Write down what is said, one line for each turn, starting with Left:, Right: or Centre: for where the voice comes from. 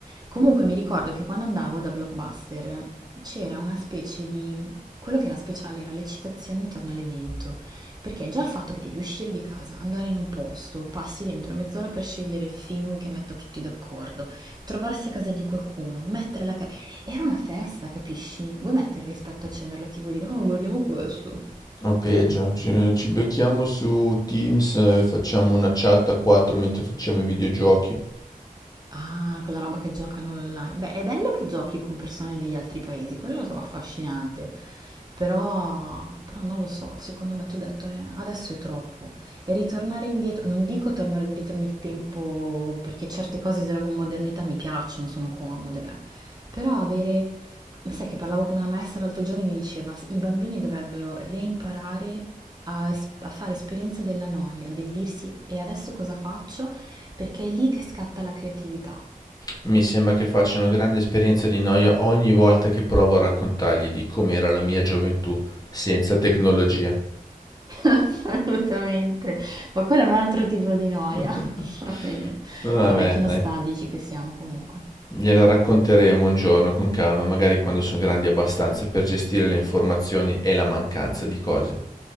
Right: Comunque mi ricordo che quando andavo da Blockbuster c'era una specie di... Quello che era speciale era l'eccitazione intorno all'evento, perché già il fatto che devi uscire di casa, andare in un posto, passi dentro mezz'ora per scegliere il film che metta tutti d'accordo, trovarsi a casa di qualcuno, mettere la... ca- Era una festa, capisci? Vuoi mettere rispetto a accendere la TV e dire, oh, guardiamo questo.
Left: O peggio, ci, ci becchiamo su Teams e facciamo una chat a quattro mentre facciamo i videogiochi.
Right: Ah, quella roba che giocano online. Beh, è bello che giochi con persone degli altri paesi, quello lo trovo affascinante. Però, però non lo so, secondo me tu hai detto, eh, adesso è troppo. E ritornare indietro, non dico tornare indietro nel tempo, perché certe cose della modernità mi piacciono, sono comode, eh. però avere, ma sai che parlavo con una maestra l'altro giorno e mi diceva, i bambini dovrebbero reimparare a, es- a fare esperienza della noia, del dirsi e adesso cosa faccio? Perché è lì che scatta la creatività.
Left: Mi sembra che faccia una grande esperienza di noia ogni volta che provo a raccontargli di com'era la mia gioventù senza tecnologia.
Right: <laughs> Assolutamente, ma quello è un altro tipo di noia.
Left: <laughs>
Right: <laughs> Va bene.
Left: Vabbè,
Right: Vabbè, che nostalgici
Left: dai.
Right: che siamo comunque.
Left: Gliela racconteremo un giorno con calma, magari quando sono grandi abbastanza per gestire le informazioni e la mancanza di cose.